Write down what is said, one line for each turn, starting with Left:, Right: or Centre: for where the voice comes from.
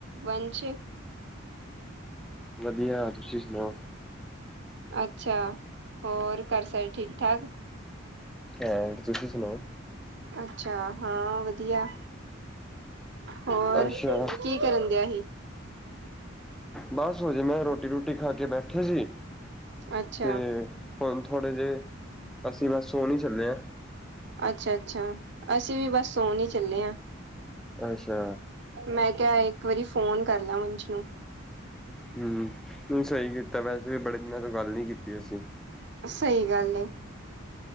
Right: ਵੰਸ਼।
Centre: ਵਧੀਆ ਤੁਸੀਂ ਸੁਣਾਓ
Right: ਅੱਛਾ ਹੋਰ ਘਰ ਸਾਰੇ ਠੀਕ ਠਾਕ?
Centre: ਹਾਂ ਤੁਸੀਂ ਸੁਣਾਓ?
Right: ਅੱਛਾ ਹਾਂ ਵਧੀਆ। ਹੋਰ
Centre: ਅੱਛਾ
Right: ਕੀ ਕਰਨ ਦਿਆ ਸੀ।
Centre: ਬਸ ਹੋਜੇ ਮੈਂ ਰੋਟੀ ਰੂਟੀ ਖਾ ਕੇ ਬੈਠੇ ਸੀ।
Right: ਅੱਛਾ
Centre: ਤੇ ਹੁਣ ਥੋੜ੍ਹੇ ਜਿਹੇ ਅਸੀਂ ਮੈਂ ਸੋ ਨਹੀਂ ਚੱਲੇ ਹਾਂ।
Right: ਅੱਛਾ ਅੱਛਾ ਅਸੀਂ ਵੀ ਬਸ ਸੋਣ ਹੀ ਚੱਲੇ ਹਾਂ।
Centre: ਅੱਛਾ।
Right: ਮੈਂ ਕਿਹਾ ਇੱਕ ਵਾਰੀ ਫੋਨ ਕਰ ਲੈ ਵੰਸ਼ ਨੂੰ
Centre: ਹਮ ਨਹੀਂ ਸਹੀ ਕੀਤਾ ਵੈਸੇ ਵੀ ਬੜੇ ਦਿਨਾਂ ਤੋਂ ਗੱਲ ਨੀ ਕੀਤੀ ਅਸੀਂ
Right: ਸਹੀ ਗੱਲ।